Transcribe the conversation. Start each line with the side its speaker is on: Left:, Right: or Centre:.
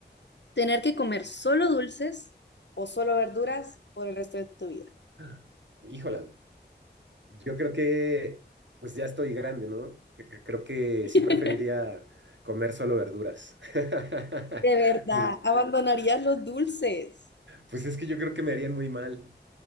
Left: ¿Tener que comer solo dulces o solo verduras por el resto de tu vida?
Right: <laughs> Híjola, yo creo que pues ya estoy grande, ¿no? Que- que- Creo que
Left: <laughs>
Right: sí preferiría comer solo verduras. <laughs>
Left: De verdad,
Right: Sí,
Left: abandonarías los dulces.
Right: Pues es que yo creo que me harían muy mal.